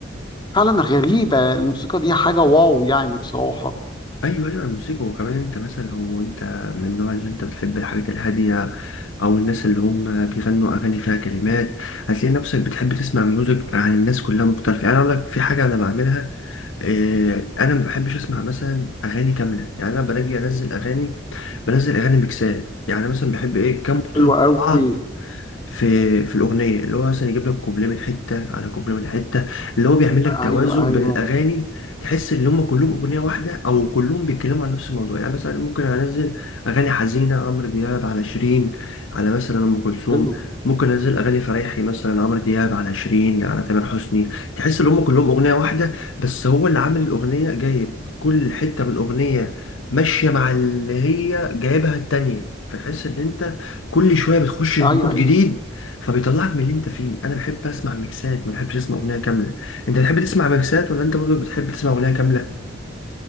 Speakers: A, on the left (about 25°); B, on the left (about 80°).
A: فعلا غريبه الموسيقى دي حاجه واو يعني بصراحه
B: ايوه ايوه الموسيقى وكمان انت مثلا لو انت من النوع اللي انت بتحب الحاجات الهاديه او الناس اللي هم بيغنوا اغاني فيها كلمات هتلاقي نفسك بتحب تسمع ميوزك عن الناس كلها مختلفه يعني أنا اقول لك في حاجه انا بعملها إيه انا ما بحبش اسمع مثلا اغاني كامله يعني انا باجي انزل اغاني بنزل اغاني ميكسات يعني مثلا بحب ايه كام مطرب
A: حلوه
B: مع
A: قوي
B: بعض في في الاغنيه اللي هو مثلا يجيب لك كوبليه من حته على كوبليه من حته اللي هو بيعمل لك توازن
A: ايوه ايوه
B: بين الاغاني تحس ان هم كلهم اغنيه واحده او كلهم بيتكلموا عن نفس الموضوع يعني مثلا ممكن انزل اغاني حزينه عمرو دياب على شيرين على مثلا ام كلثوم
A: حلو
B: ممكن انزل اغاني فريحي مثلا عمرو دياب على شيرين على تامر حسني تحس ان هم كلهم اغنيه واحده بس هو اللي عامل الاغنيه جايب كل حته من الاغنيه ماشيه مع اللي هي جايبها التانيه فتحس ان انت كل شويه بتخش في
A: ايوه
B: مود
A: ايوه
B: جديد فبيطلعك من اللي انت فيه انا بحب اسمع ميكسات ما بحبش اسمع اغنيه كامله انت بتحب تسمع ميكسات ولا انت برضو بتحب تسمع اغنيه كامله